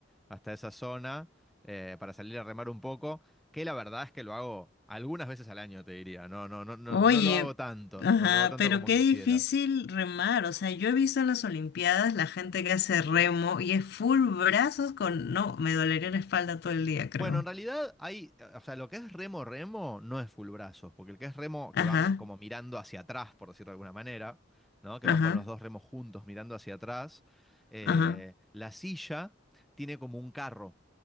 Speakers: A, in the centre; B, on the left.
A: hasta esa zona eh, para salir a remar un poco, que la verdad es que lo hago algunas veces al año, te diría. No, no, no, no,
B: Oye,
A: no lo hago tanto,
B: ajá,
A: no lo hago tanto
B: pero
A: como
B: qué
A: quisiera.
B: difícil remar. O sea, yo he visto en las Olimpiadas la gente que hace remo y es full brazos con... No, me dolería la espalda todo el día, creo.
A: Bueno, en realidad hay, o sea, lo que es remo remo no es full brazos, porque el que es remo
B: Ajá,
A: que van como mirando hacia atrás, por decirlo de alguna manera, ¿no? Que
B: ajá,
A: van con los dos remos juntos mirando hacia atrás. eh,
B: ajá.
A: la silla tiene como un carro,